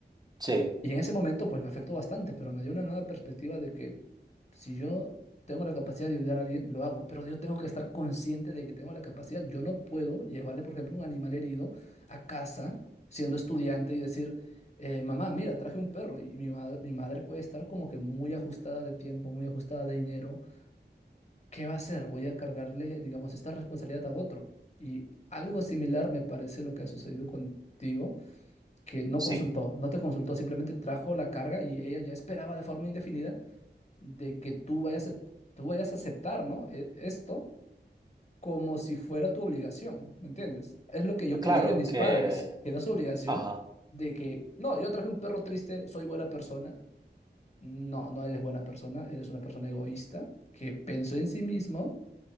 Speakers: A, on the right; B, on the left.
A: sí,
B: Y en ese momento, pues me afectó bastante, pero me dio una nueva perspectiva de que si yo tengo la capacidad de ayudar a alguien, lo hago, pero yo tengo que estar consciente de que tengo la capacidad. Yo no puedo llevarle, por ejemplo, un animal herido a casa siendo estudiante y decir, eh, mamá, mira, traje un perro y mi, ma- mi madre puede estar como que muy ajustada de tiempo, muy ajustada de dinero. ¿Qué va a hacer? Voy a cargarle, digamos, esta responsabilidad a otro. Y algo similar me parece lo que ha sucedido contigo que no
A: sí.
B: consultó, no te consultó, simplemente trajo la carga y ella ya esperaba de forma indefinida de que tú vayas a, tú vayas a aceptar, ¿no? E- Esto como si fuera tu obligación, ¿me entiendes? Es lo que yo creía
A: Claro
B: de mis
A: que,
B: padres, que era su obligación
A: ajá.
B: de que, no, yo traje un perro triste, soy buena persona. No, no eres buena persona, eres una persona egoísta que pensó en sí mismo